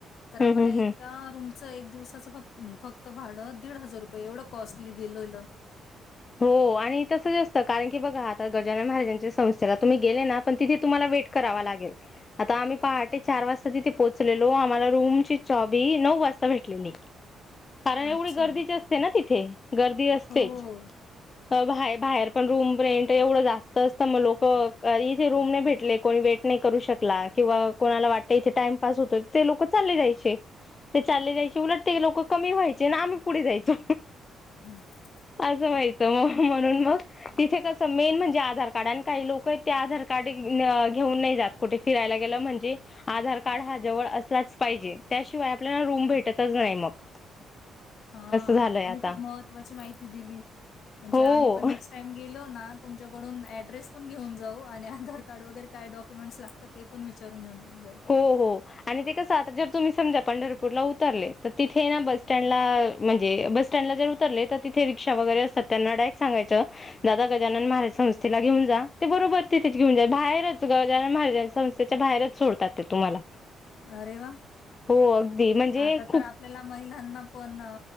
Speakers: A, on the left; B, on the left.
A: तरं
B: हम्म
A: आम्हांला
B: हम्म
A: एक
B: हम्म
A: रूंम एक दिवसाचं फ फक्तं भाडं दीड हजांर रुपये एवढं कॉस्टली गेलोलं
B: हो आणि तसं जास्तं कारणं की बघां आंता गजानन महाराजांच्या संस्थेला तुम्हीं गेले नां पणं तिथे तुम्हांला वेट करांवा लागेल आंता आम्हीं पहाटे चार वाजतां तिथे पोहोचलेलो आम्हांला रूंम ची चॉबी नऊ वाजतां भेटलेली कारणं
A: अच्छा.
B: एवढी गर्दीची असते नां तिथे गर्दी असतेचं
A: हो.
B: बाहे बाहेर पणं रूंम रेंट एवढं जास्तं असतं मंग लोकं इथे रूंम नाहीं भेटले कोणी भेटं नाहीं करूं शकलां किंवा कोणांला वाटतं इथे टाईमपास होतो ते लोकं चालले जायचे ते चालले जायचे उलटते की लोकं कमी व्हायचे नां आम्हीं पुढे जायचो
A: हम्मं
B: म्हणूंन मंग तिथे कसं मेन म्हणजे आधार कार्ड कांहीं लोकं ते आधार कार्ड घेऊंन नाहीं जातं कुठे फिरायला गेलं म्हणजे आधार कार्ड हा जवळ असलाच पाहिजे त्याशिवाय आपल्याला रूम भेटतच नाही मग. <inaudible>
A: हा
B: झालंय
A: तुम्ही
B: आता
A: खूप महत्त्वाची माहिती दिली म्हणजे
B: हो
A: आम्ही पण नेक्स्ट टाइम गेलो ना तुमच्याकडून ऍड्रेस पण घेऊन जाऊ आणि आधार कार्ड वगैरे काय डॉक्युमेंट्स लागतात ते पण विचारून घेऊन जाऊ
B: हो हो आणि ते कसं आता जर तुम्ही समजा पंढरपूरला उतरले तर तिथे ना बस सटँडला म्हणजे बस स्टँडला जर उतर तर तिथे रिक्षा वगैरे असत त्यांना डायरक्ट सांगाचं दादा गजानन महाराज संस्थेला घेऊन जा ते बरोबर तिथेच घेऊन जा बाहेरच गजानन महाराज संस्थ च्या बाहेरच सोडतात ते तुम्हाला,
A: अरे वाह!
B: हो अगदी म्हणजे
A: आता
B: खूप
A: तर आपल्याला महिलांना पण